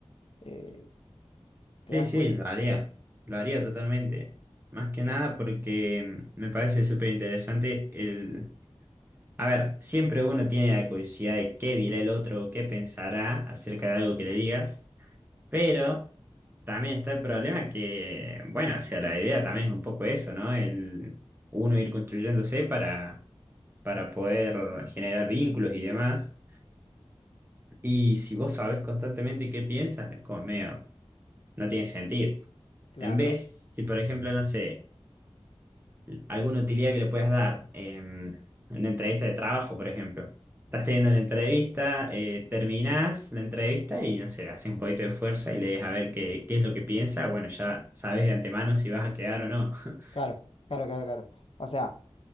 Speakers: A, on the left; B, on the right.
A: Eh, ¿te
B: Sí,
A: das
B: sí,
A: cuenta?
B: lo haría, lo haría totalmente. Más que nada porque mm, me parece súper interesante el... A ver, siempre uno tiene la curiosidad de qué dirá el otro, qué pensará acerca de algo que le digas, pero también está el problema que, bueno, o sea, la idea también es un poco eso, ¿no? El uno ir construyéndose para, para poder generar vínculos y demás. Y si vos sabés constantemente qué piensan, es como medio, no tiene sentido.
A: Claro,
B: En vez, si por ejemplo, no sé alguna utilidad que le puedas dar em, en una entrevista de trabajo, por ejemplo. Estás teniendo la entrevista, eh, terminás la entrevista y no sé, haces un poquito de fuerza y le dejas a ver qué, qué es lo que piensa. Bueno, ya sabes de antemano si vas a quedar o no. <laughs>
A: claro, claro, claro, claro. O sea.